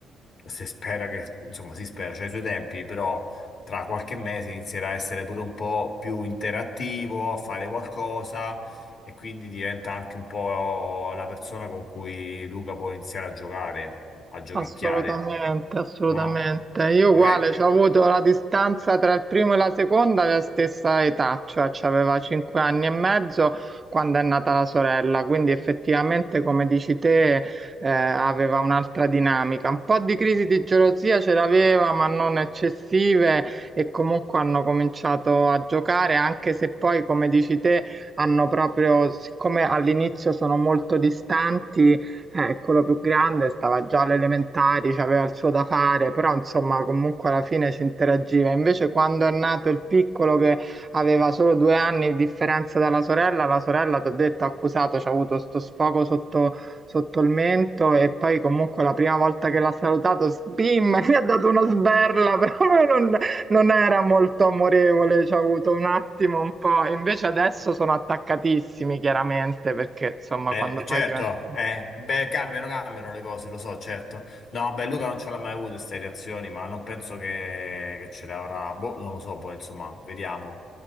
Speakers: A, on the left; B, on the right.
A: si spera che, insomma, si spera, c'ha i suoi tempi, però tra qualche mese inizierà a essere pure un po' più interattivo, a fare qualcosa e quindi diventa anche un po' la persona con cui Luca può iniziare a giocare, a giochicchiare,
B: Assolutamente, assolutamente.
A: no?
B: Io
A: Magari,
B: uguale, ci ho avuto la distanza tra il primo e la seconda della stessa età, cioè ci aveva cinque anni e mezzo quando è nata la sorella, quindi effettivamente, come dici te, eh, aveva un'altra dinamica. Un po' di crisi di gelosia ce l'aveva, ma non eccessive e comunque hanno cominciato a giocare, anche se poi, come dici te, hanno proprio, siccome all'inizio sono molto distanti eh, quello più grande stava già alle elementari, c'aveva il suo da fare, però insomma comunque alla fine si interagiva. Invece quando è nato il piccolo che aveva solo due anni di differenza dalla sorella, la sorella ti ho detto ha accusato, c'ha avuto sto sfogo sotto, sotto il mento e poi comunque la prima volta che l'ha salutato, sbim, <laughs> gli ha dato una sberla, <laughs> proprio non, non era molto amorevole, ci ha avuto un attimo un po'. Invece adesso sono attaccatissimi chiaramente perché insomma
A: eh,
B: quando
A: certo,
B: poi diventa...
A: eh, beh, cambiano, cambiano le cose, lo so, certo. No, beh, Luca non ce l'ha mai avuto queste reazioni, ma non penso che, che ce le avrà, boh, non lo so, poi insomma, vediamo.